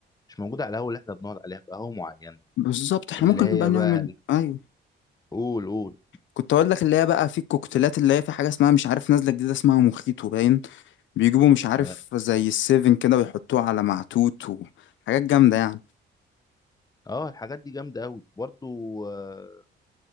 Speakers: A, on the left; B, on the left.
A: مش موجودة على القهوة اللي احنا بنقعد عليها في قهوة معينة
B: بالظبط احنا
A: اللي
B: ممكن
A: هي
B: بقى نعمل
A: بقى ال-
B: ايوه
A: قول قول
B: كنت اقول لك اللي هي بقى في الكوكتيلات اللي هي في حاجه اسمها مش عارف نازله جديده اسمها مخيط وباين بيجيبوا مش عارف
A: اه
B: زي السيفن كده ويحطوه على معتوت وحاجات جامدة يعني
A: آه، الحاجات دي جامدة قوي برضو آه،